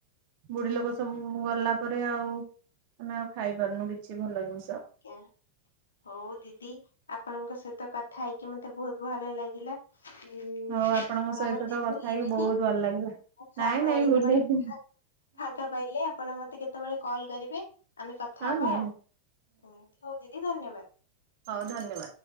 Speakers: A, on the right; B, on the left.
A: ବୁଢୀ
B: ହୁଁ
A: ଲୋକ ସବୁ ଗଲା ତା ପରେରେ ଆଉ ଆମେ ଆଉ ଖାଇ ପାରୁନୁ କିଛି ଭଲ ଜିନିଷ।
B: ଜ୍ଞା ହଉ ଦିଦି ଆପଣଙ୍କ ସହିତ କଥା ହେଇକି ମତେ ବହୁତ ଭଲ ଲାଗିଲା। ହୁଁ
A: ହଉ ଆପଣଙ୍କ
B: ଆପଣ
A: ସହିତ
B: ମତେ
A: ତ କଥା
B: ଭୁଲିବେନି।
A: ହେଇକି ବହୁତ ଭଲ ଲାଗିଲା।
B: ଆଛା
A: ନାଇଁ
B: ଆପଣ
A: ନାଇଁ
B: ଯେତେବେଳେ
A: ଭୁଲେଇବିନି
B: ଫା ଫାଙ୍କା ପାଇଲେ ଆପଣ ମତେ କେତେ କେତେବେଳେ କଲ୍ କରିବେ ଆମେ କଥା
A: ହଁ
B: ହବା
A: ନିହାତି
B: ଆଉ। ଉଁ ହଉ ଦିଦି ଧନ୍ୟବାଦ୍ <unintelligible>
A: ହଉ ଧନ୍ୟବାଦ।